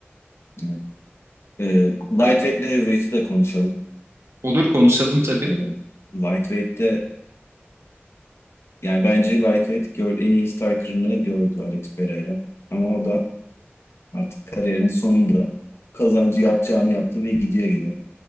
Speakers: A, on the left; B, on the right.
A: Evet. E, Lightweight ile Heavyweight'i de konuşalım.
B: Olur konuşalım tabii.
A: E, Lightweight'te yani bence Lightweight gör, en iyi striker'ını gördü Alex Pereira. Ama o da artık kariyerinin sonunda kazancı yapacağını yaptı ve gidiyor gibi.